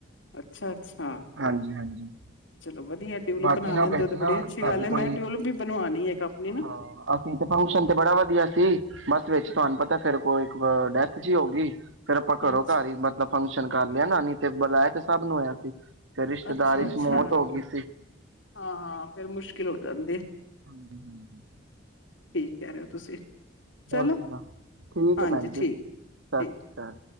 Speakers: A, on the left (about 70°); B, on the right (about 75°).
A: ਅੱਛਾ, ਅੱਛਾ।
B: ਹਾਂਜੀ ਹਾਂਜੀ
A: ਚਲੋ ਵਧੀਆ ਟਿਊਲਿਪ
B: ਬਾਕੀ-'
A: ਬਣਾ
B: ਕਿਨਾ
A: ਲੈਂਦੇ
B: ਵੇਚਣਾ
A: ਹੋ ਤੇ ਬੜੀ ਅੱਛੀ
B: ਸਾਡੇ
A: ਗੱਲ ਏ
B: ਕੋਈ,
A: ਮੈਂ ਟਿਊਲਿਪ ਵੀ ਬਣਵਾਣੀ ਏ ਇੱਕ ਆਪਣੀ ਨਾ।
B: ਹਾਂ ਅਸੀਂ ਤੇ ਫੰਕਸ਼ਨ ਤੇ ਬੜਾ ਵਧੀਆ ਸੀ ਬਸ ਵਿੱਚ ਤੁਹਾਨੂੰ ਪਤਾ ਫੇਰ ਕੋਈ ਇੱਕ ਡੈਥ ਜੀ ਹੋਗੀ। ਫੇਰ ਆਪਾਂ ਘਰੋਂ
A: ਅੱਛਾ,
B: ਘਰ ਹੀ ਮਤਲਬ ਫੰਕਸ਼ਨ ਕਰ ਲਿਆ ਨਾ ਨੀ ਤੇ ਬੁਲਾਇਆ ਤੇ ਸਭ ਨੂੰ ਹੋਇਆ ਸੀ। ਫੇਰ ਰਿਸ਼ਤੇਦਾਰੀ
A: ਅੱਛਾ, ਅੱਛਾ
B: ਚ ਮੌਤ ਹੋ ਗਈ ਸੀ।
A: ਹਾਂ ਹਾਂ ਫੇਰ ਮੁਸ਼ਕਿਲ ਹੋ ਜਾਂਦੀ।
B: ਹਾਂਜੀ-ਹਾਂਜੀ।
A: ਠਿਕ ਕਹਿ ਰਹੇ ਹੋ ਤੁਸੀਂ।
B: ਹੋਰ
A: ਚਲੋ
B: ਸੁਣਾ, ਠੀਕ
A: ਹਾਂਜੀ
B: ਹੈ ਭੈਣ ਜੀ,
A: ਠੀਕ,
B: ਸਤਿ
A: ਠੀਕ।
B: ਸ਼੍ਰੀ ਅਕਾਲ।